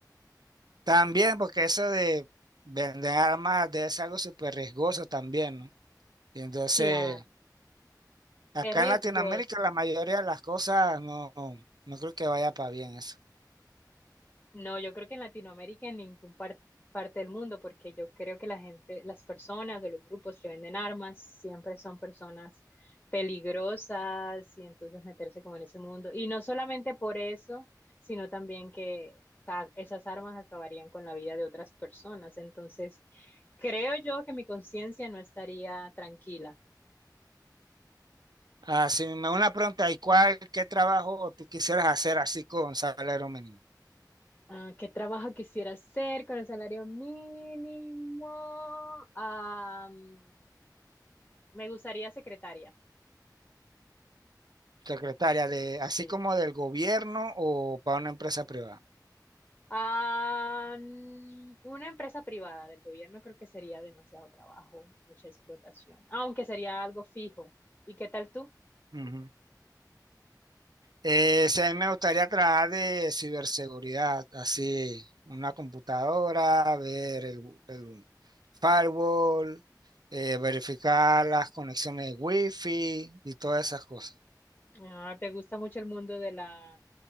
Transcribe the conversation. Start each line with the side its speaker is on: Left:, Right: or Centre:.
Right: También porque eso de vender armas de es algo súper riesgoso también, ¿no? Y entonces...
Left: Claro.
Right: Acá
Left: Es riesgoso.
Right: en Latinoamérica la mayoría de las cosas no, no creo que vaya para bien eso.
Left: No, yo creo que en Latinoamérica, en ningún par- parte del mundo, porque yo creo que la gente, las personas de los grupos que venden armas siempre son personas peligrosas y entonces meterse como en ese mundo. Y no solamente por eso, sino también que ca- esas armas acabarían con la vida de otras personas. Entonces, creo yo que mi conciencia no estaría tranquila.
Right: Ah, si me una pregunta, ¿y cuál, qué trabajo tú quisieras hacer así con salario mínimo?
Left: Ah, ¿qué trabajo quisiera hacer con el salario mínimo? Ah, mm, me gustaría secretaria,
Right: Secretaria, de,
Left: sí.
Right: así como del gobierno o para una empresa privada.
Left: Ah, mm, una empresa privada del gobierno creo que sería demasiado trabajo, mucha explotación, aunque sería algo fijo. ¿Y qué tal tú?
Right: Ujú. Eh, sí, a mí me gustaría trabajar de ciberseguridad, así, una computadora, ver el, el firewall, eh, verificar las conexiones de wifi y todas esas cosas.
Left: Ah, ¿te gusta mucho el mundo de la,